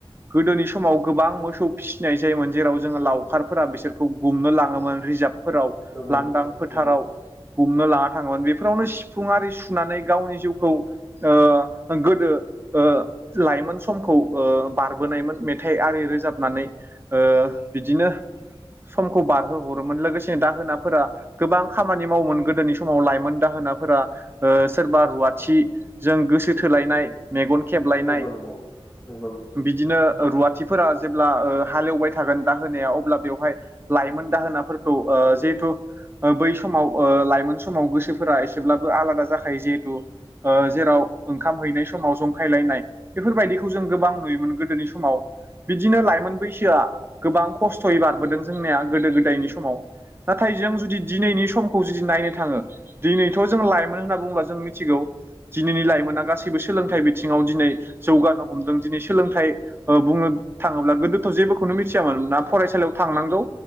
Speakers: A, on the right; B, in the centre.
A: गोदोनि समाव गोबां मोसौ फिसिनाय जायोमोन जेराव जोंङो लावखारफोरा बिसोरखौ गुमनो लाङोमोन रिजार्बफोराव
B: नंगौ
A: लांदां
B: नंगौ
A: फोथाराव।
B: नंगौ
A: गुमनो लाना थाङोमोन। बेफोरावनो सिफुं आरि सुनानै गावनि जिउखौ आ गोदो ओ लाइमोन समखौ ओ बारबोनायमोन मेथाइ आरि रोजाबनानै। ओ बिदिनो समखौ बारहोहरोमोन लोगोसे दाहोनाफोरा गोबां खामानि मावोमोन गोदोनि समाव लाइमोन दाहोनाफोरा ओ सोरबा रुवाथि। जों गोसो थोलायनाय मेगन खेबलायनाय
B: नंगौ नंगौ नंगौ नंगौ
A: बिदि बिदिनो ओ रुवाथिफोरा जेब्ला ओ हालेवबाय थागोन। दाहोनाया अब्ला बेवहाय लाइमोन दाहोनाफोरखौ ओ जिहेथु बै समाव लाइमोन समाव गोसोफोरा एसेब्लाबो आलादा जाखायो जिहेथु जेराव ओंखाम हैनाय समाव जंखायलायनाय बेफोरबायदिखौ जों गोबां नुयोमोन गोदोनि समाव बिदिनो लाइमोन बैसोआ गोबां खस्थ'यै बारबोदों जोंनिया गोदो गोदायनि समाव। नाथाय जों जुदि दिनैनि समखौ जुदि नायनो थाङो दिनैथ' जों लाइमोन होनना बुङोब्ला जों मिथिगौ। दिनैनि लाइमोना गासैबो सोलोंथाइ बिथिङाव दिनै जौगानो हमदों दिनै सोलोंथाइ बुंनो थाङोब्ला गोदोथ' जेबोखौनो मिथियामोन ना फरायसालियाव थांनांगौ